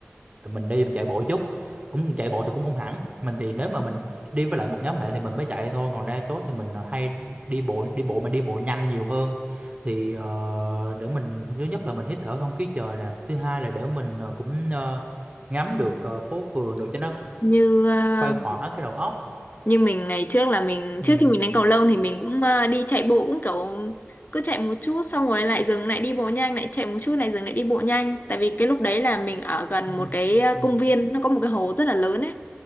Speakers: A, on the right; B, on the left.
A: Rồi mình đi mình chạy bộ chút cũng chạy bộ thì cũng không hẳn mình thì nếu mà mình đi với lại một nhóm bạn thì mình mới chạy thôi còn đa số thì mình ờ, hay đi bộ đi bộ mà đi bộ nhanh nhiều hơn thì ờ, để mình thứ nhất là mình hít thở không khí trời nè thứ hai là để mình ờ, cũng ờ, ngắm được ờ, phố phường rồi cho nó
B: Như ờ,
A: khuây khỏa cái đầu óc
B: như mình ngày trước là mình
A: ừ.
B: trước khi mình đánh cầu lông thì mình cũng ờ, đi chạy bộ cũng kiểu cứ chạy một chút xong rồi lại dừng lại đi bộ nhanh lại chạy một chút lại dừng lại đi bộ nhanh tại vì cái lúc đấy là mình ở gần
A: Ừ.
B: một cái ờ,
A: Ừ.
B: công viên nó có một cái hồ rất là lớn ấy